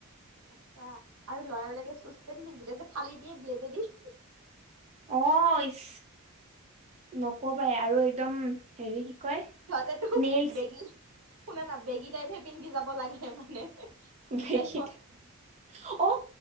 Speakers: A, on the right (about 80°); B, on the right (about 30°).
A: সঁচা আৰু লৰা বিলাকে চুইজ পেণ্ট পিন্ধিলে যে ফালি দিয়ে ব্লেডেদি।
B: অহ ইচ নকবায় আৰু একদম হেৰি কয়
A: সিহঁতেতো
B: নেইলছ
A: বেগী শুনা না বেগী টাইপ হে পিন্ধি যাব লাগে মানে। স্কুল
B: বেগী
A: লাইফত
B: টাইপ। অ